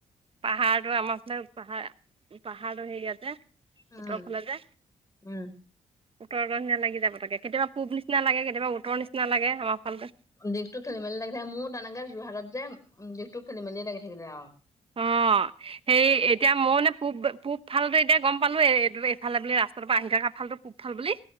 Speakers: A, on the right; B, on the left.
A: পাহাৰটো আমাৰ ফালে পাহাৰ পাহাৰটো হেৰিয়াত যে
B: উম-উম
A: উত্তৰ ফালে যে উত্তৰ <unintelligible> লাগি যায় পটেকে কেতিয়াবা পূব নিচিনা লাগে কেতিয়াবা উত্তৰ নিচনা লাগে আমাৰ ফাললৈ
B: দিশটো খেলি মেলি লাগি থাকে মোৰ তেনেকে যোৰহাটত যে উম দিশটো খেলি মেলি লাগি থাকিলে আৰু
A: অ', সেই এতিয়া মই মানে পূব পূব ফালটো এতিয়া গম পালো এ এই এইফালে বুলি ৰাস্তাৰ পৰা আহি থকা ফালটো পূব ফাল বুলি